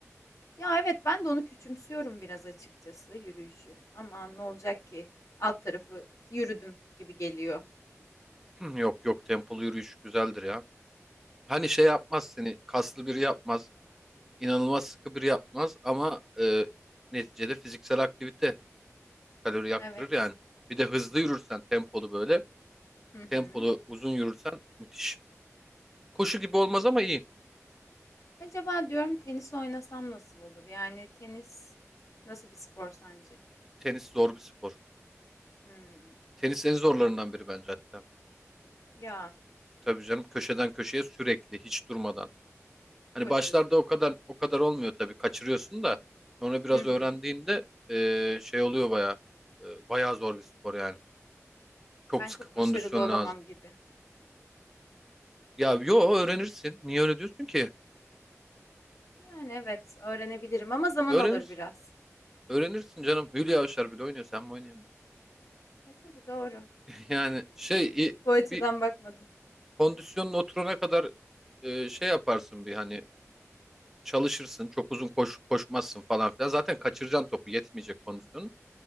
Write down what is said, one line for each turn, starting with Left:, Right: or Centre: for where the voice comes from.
Left: Ya evet ben de onu küçümsüyorum biraz açıkçası yürüyüşü. Aman ne olacak ki? Alt tarafı yürüdüm gibi geliyor.
Centre: <clears throat> Yok yok tempolu yürüyüş güzeldir ya. Hani şey yapmaz seni kaslı biri yapmaz. inanılmaz sıkı biri yapmaz ama e, neticede fiziksel aktivite kalori yaktırır
Left: Evet.
Centre: yani. Bir de hızlı yürürsen tempolu böyle
Left: Hı hı.
Centre: tempolu uzun yürürsen müthiş. Koşu gibi olmaz ama iyi.
Left: Acaba diyorum tenis oynasam nasıl olur? Yani tenis nasıl bir spor sence?
Centre: Tenis zor bir spor.
Left: Hmm.
Centre: Tenis en zorlarından biri bence hatta.
Left: Ya
Centre: Tabii canım köşeden köşeye sürekli hiç durmadan. Hani
Left: koşuyorsun.
Centre: başlarda o kadar o kadar olmuyor tabii kaçırıyorsun da sonra biraz
Left: Hı hı.
Centre: öğrendiğinde e, şey oluyor bayağı E, bayağı zor bir spor yani. Çok
Left: Ben
Centre: sıkı
Left: çok
Centre: kondisyon
Left: başarılı olamam
Centre: lazım.
Left: gibi.
Centre: Ya yo öğrenirsin. Niye öyle diyorsun ki?
Left: Yani evet öğrenebilirim ama zaman
Centre: Öğrenirsin.
Left: alır biraz.
Centre: Öğrenirsin canım. Hülya Avşar bile oynuyor. Sen mi oynayamayacaksın?
Left: E tabii doğru.
Centre: <laughs> Yani şey
Left: <laughs>
Centre: i-
Left: Bu açıdan
Centre: bir
Left: bakmadım.
Centre: kondisyonun oturana kadar e, şey yaparsın bir hani çalışırsın. Çok uzun koş, koşmazsın falan filan. Zaten kaçıracaksın topu. Yetmeyecek kondisyonun.